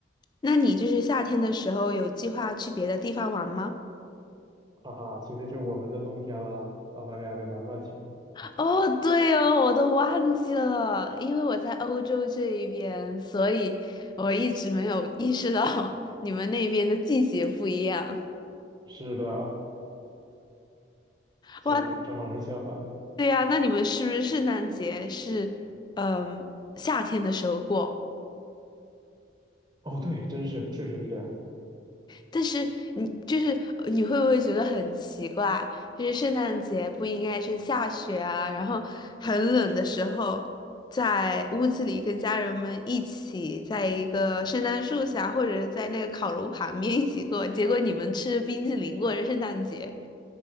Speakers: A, on the left (about 25°); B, on the right (about 20°).
A: 那你就是夏天的时候有计划去别的地方玩吗？
B: 哈哈，今天是我们的冬天啦，澳大利亚在南半球。
A: 哦，对哦，我都忘记了，因为我在欧洲这一边，所以我一直没有意识到 <laughs> 你们那边的季节不一样。
B: 是的，
A: 哇，
B: 是的，正好是相反的。
A: 对呀，那你们是不是圣诞节是嗯夏天的时候过？
B: 哦，对，真是，确实是这样。
A: 但是你就是呃你会不会觉得很奇怪？就是圣诞节不应该是下雪啊，然后很冷的时候，在屋子里跟家人们一起，在一个圣诞树下，或者是在那个烤炉旁边一起过，结果你们吃着冰淇淋过着圣诞节，